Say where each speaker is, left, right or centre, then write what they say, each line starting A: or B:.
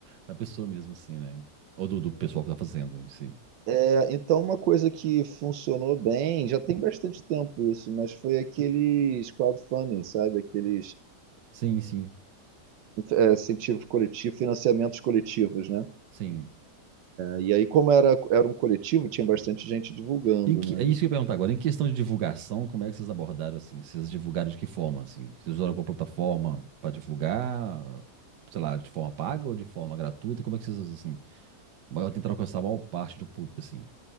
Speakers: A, on the right; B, on the right.
A: da pessoa mesmo, assim, né? Ou do, do pessoal que tá fazendo em si.
B: É, então, uma coisa que funcionou bem, já tem bastante tempo isso, mas foi aqueles crowdfunding, sabe? Aqueles
A: Sim, sim,
B: é, incentivos coletivos, financiamentos coletivos, né?
A: sim.
B: E aí, como era, era um coletivo, tinha bastante gente divulgando,
A: Em que,
B: né?
A: é isso que eu ia perguntar agora. Em questão de divulgação, como é que vocês abordaram assim? Vocês divulgaram de que forma assim? Vocês usaram alguma plataforma para divulgar, sei lá, de forma paga ou de forma gratuita? Como é que vocês assim, tentaram alcançar a maior parte do público assim?